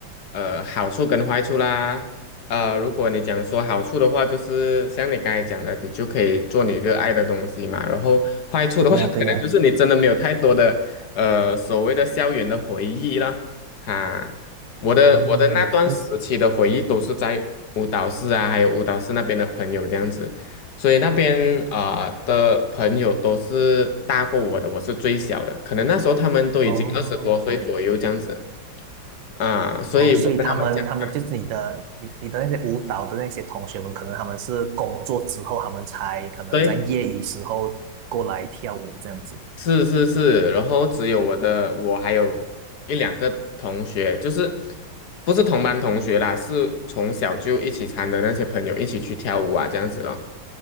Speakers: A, on the left; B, on the right.
A: 呃好处跟坏处啦。呃，如果你讲说好处的话，就是像你刚才讲的，你就可以做你热爱的东西嘛。然后坏处的话，
B: 对呀，
A: <laughs>
B: 对呀。
A: 可能就嗯是你真的没有太多的呃所谓的校园的回忆了。哈，我的我的那段时期的回忆都是在舞蹈室啊，
B: 嗯，就是
A: 还有舞蹈室那边的朋友这样子。所以那边啊、呃的朋友都是大过我的，我是最小的，可能那时候他们都已经二十多岁左右这样子
B: 哦。
A: 啊、所以我跟他们讲，
B: 哦，所以他们他们就是你的你你的那些舞蹈的那些同学们，
A: 样搭
B: 可能他们是工作之后，他们才可能在业余时候过来跳舞这样子。
A: 对，是是是，然后只有我的，我还有一两个同学，就是不是同班同学啦，是从小就一起参的那些朋友一起去跳舞啊这样子咯，